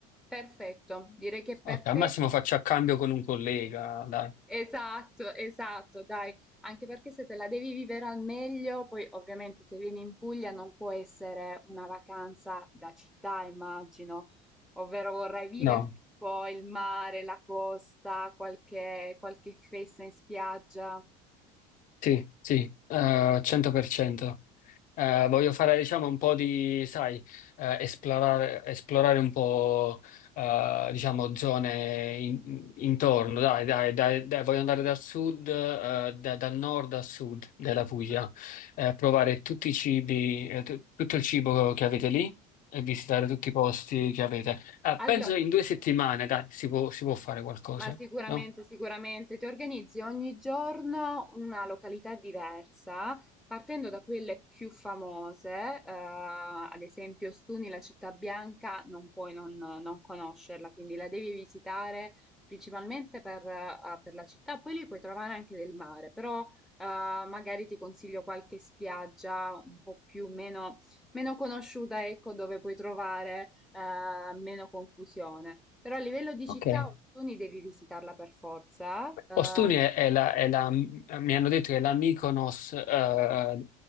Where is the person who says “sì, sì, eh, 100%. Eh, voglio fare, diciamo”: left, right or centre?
Left